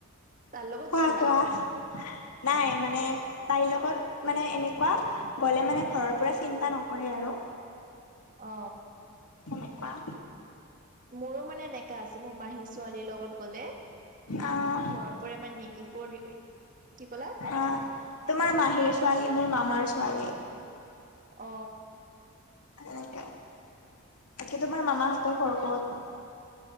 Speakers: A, on the right; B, on the left.
A: তাৰ লগত
B: কোৱা
A: ফুৰা
B: কোৱা- নাই মানে তাইৰ লগত মানে এনেকুৱা- গ'লে মানে ঘৰৰ পৰাই চিন্তা নকৰে আৰু।
A: অ
B: সোনোকোৱা
A: মোৰো মানে এনেকা আছে। মোৰ মাহী ছোৱালীৰ লগত- কলে,
B: আহ
A: ঘৰ পৰা মানে একো, কি কলা?
B: অ তোমাৰ মাহীৰ ছোৱালী মোৰ মামাৰ ছোৱালী।
A: অ
B: সেনেকে বাকী তোমাৰ মামাহঁতৰ ঘৰ কত?